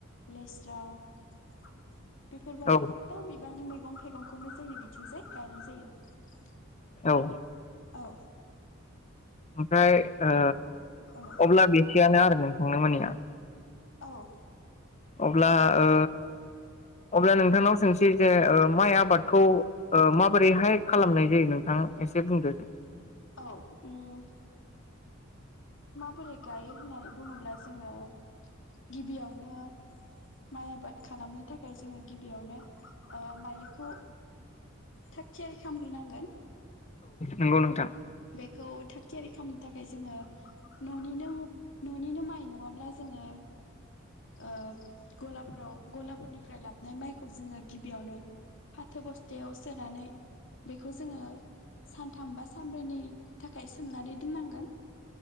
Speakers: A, on the left; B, on the left.
A: लेस्रा बेफोरबायदि
B: औ
A: गोबां बिबांनि मैग गं थाइगंखौनो जोंनि बिथिंजाय गायनाय जायो ।
B: औ
A: औ
B: ओमफाय ओ
A: औ
B: अब्ला <unintelligible> आरो <unintelligible> <unintelligible>
A: औ
B: अब्ला ओ अब्ला नोंथांनाव सोंसै जे माइ आबादखौ ओ माबोरैहाय खालामनाय जायो नोंथां एसे बुंदो दे ।
A: औ उम बोरै गायो होननानै बुङोब्ला जोङो गिबियावनो माइ आबाद खालामनो थाखाय जोङो गिबियावनो ओ माइलिखौ थाग थियारि खामग्रोनांगोन ।
B: नोंगौ नोंथां
A: बेखौ थाग थियारि खालामनो थाखाय जोङो न'निनो न'निनो माइ नङाब्ला जोङो ओ गलाफोराव गलाफोरनिफ्राय लाबनाय माइखौ जोङो गिबियावनो फाथो बस्थायाव सोनानै बेखौ जोङो सानथाम बा सान <unintelligible> थाखाय सोमनानै दोननांगोन ।